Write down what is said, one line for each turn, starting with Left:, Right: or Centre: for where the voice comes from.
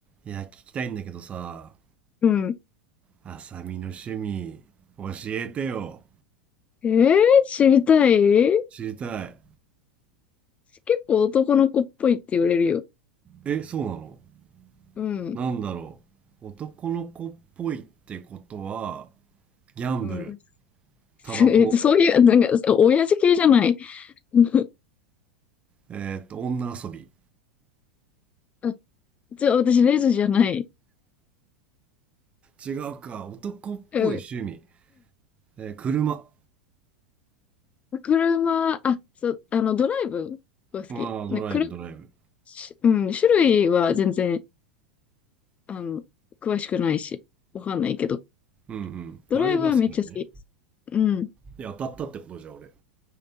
Right: いや、聞きたいんだけどさ、
Left: うん。
Right: あさみの趣味、教えてよ。
Left: えー、知りたい
Right: 知りたい。
Left: 結構男の子っぽいって言われるよ。
Right: え、そう
Left: うん。
Right: なのなんだろう。男の子っぽいってことは、ギャンブル、
Left: うん。<laughs> すえそういう、
Right: タバコ、
Left: なんか、親父系じゃない。<laughs>
Right: えーっと、女遊び。
Left: あ、じゃあ私、レズじゃない。
Right: 違うか、男っぽい趣味。
Left: うん。
Right: えー車。あ
Left: 車、あ、そう、あの、ドライブが好き。
Right: あ、
Left: ね、
Right: ドライブ、
Left: 車、
Right: ドライブ。
Left: しうん、種類は全然、あの、詳しくないし、わかんないけど。
Right: うんうん。
Left: ドライブはめっちゃ好き。
Right: ドライブは好きなのね。
Left: うん。
Right: いや、当たったってことじゃん、俺。